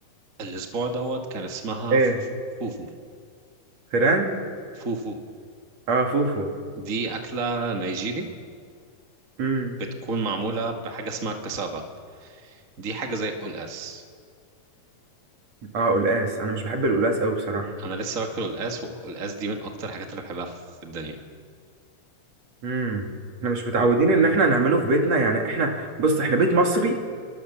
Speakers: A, on the right (about 30°); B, on the right (about 55°).
A: الأسبوع دوت كان اسمها
B: ايه
A: ف- فوفو
B: فيران
A: فوفو
B: اه فوفو
A: دي أكلة نيجيري
B: امم
A: بتكون معمولة بحاجة اسمها الكسافة دي حاجة زي القلقاس
B: اه قلقاس انا مش بحب القلقاس قوي بصراحة
A: أنا لسه باكل القلقاس والقلقاس دي من أكتر الحاجات اللي بحبها في الدنيا
B: امم احنا مش متعودين ان احنا نعمله في بيتنا يعني احنا بص احنا بيت مصري